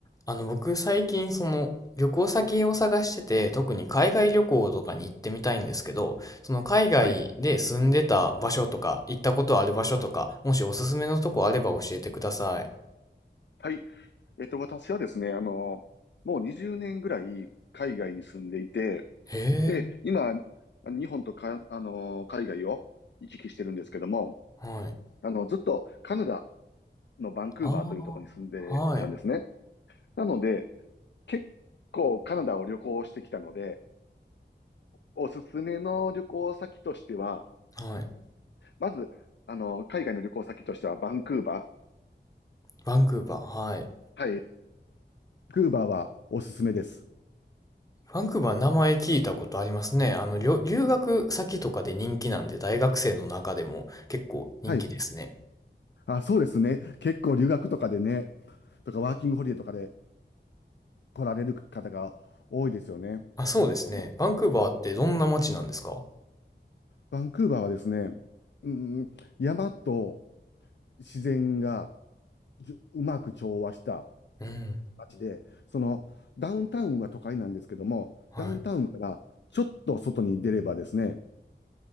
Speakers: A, on the left; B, on the left.
A: あの、僕最近その旅行先を探してて、特に海外旅行とかに行ってみたいんですけど、その海外で住んでた場所とか、
B: はい。
A: 行ったことある場所とか、もしおすすめのとこあれば教えてください。
B: はい。えっと、私はですね、あの、もう20年ぐらい海外に住んでいて、
A: へえ、
B: で、今、日本とか、あの、海外を行き来してるんですけども、
A: はい。
B: あの、ずっとカナダのバンクーバーというところに住んでたんですね。
A: ああ、はい、
B: なので、結構カナダを旅行してきたので、おすすめの旅行先としては、
A: はい。
B: まず、あの、海外の旅行先としてはバンクーバー。
A: バンクーバー、はい。
B: はい。バンクーバーはおすすめです。
A: バンクーバー名前聞いたことありますね。あの、留留学先とかで人気なんで、大学生の中でも結構人気ですね。
B: はい。あ、そうですね。結構留学とかでね、とかワーキングホリデーとかで来られる方が多いですよね。
A: あ、そうですね。
B: その
A: バンクーバーってどんな街なんですか
B: バンクーバーはですね、うん、山と自然がじゅうまく調和した
A: うん、
B: 街で、そのダウンタウンは都会なんですけども、
A: はい。
B: ダウンタウンからちょっと外に出ればですね、